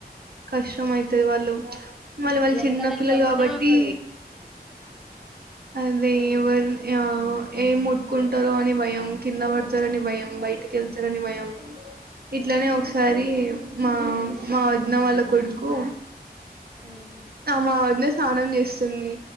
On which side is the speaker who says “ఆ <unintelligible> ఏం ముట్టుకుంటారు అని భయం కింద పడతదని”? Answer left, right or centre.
Right